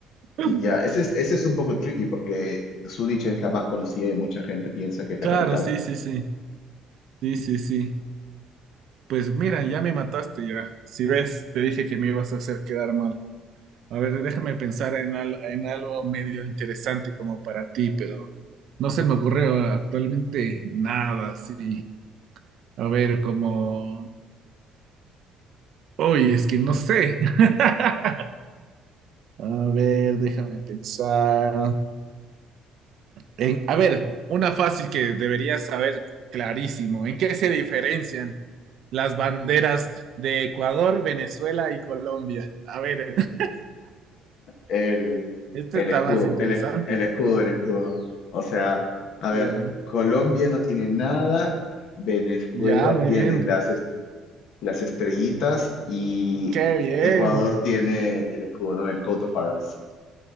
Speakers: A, on the right; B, on the left.
A: <laughs>
B: Ya, ese es, ese es un poco tricky porque Zúrich es la más conocida y mucha gente piensa que es
A: Claro,
B: la capital.
A: sí, sí, sí. Sí, sí, sí. Pues mira, ya me mataste ya. Si ves, te dije que me ibas a hacer quedar mal. A ver, déjame pensar en, al- en algo medio interesante como para ti, pero no se me ocurre actualmente nada así. A ver, como... Oye, es que no sé. <laughs> A ver, déjame pensar. En- a ver, una fácil que deberías saber clarísimo. ¿En qué se diferencian las banderas de Ecuador, Venezuela y Colombia? A ver, <laughs>
B: El,
A: este
B: el
A: está
B: escudo,
A: más interesante.
B: el, es- el escudo, el escudo. O sea, a ver,
A: Ya.
B: Colombia no tiene nada, Venezuela
A: Ya, muy
B: tiene
A: bien.
B: las las estrellitas y
A: Qué bien.
B: Ecuador tiene el escudo, ¿no? El coat of arms.